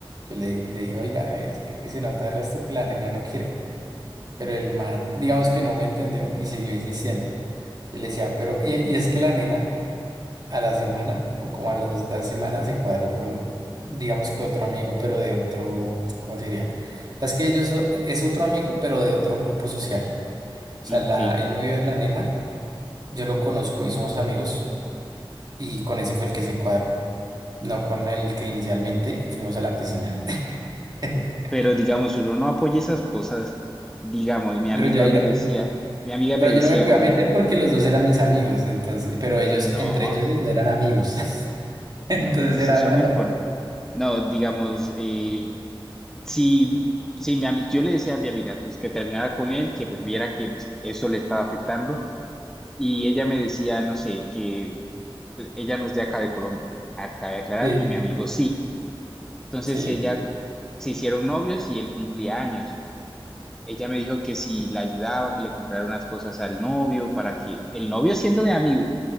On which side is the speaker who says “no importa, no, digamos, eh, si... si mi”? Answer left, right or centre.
Centre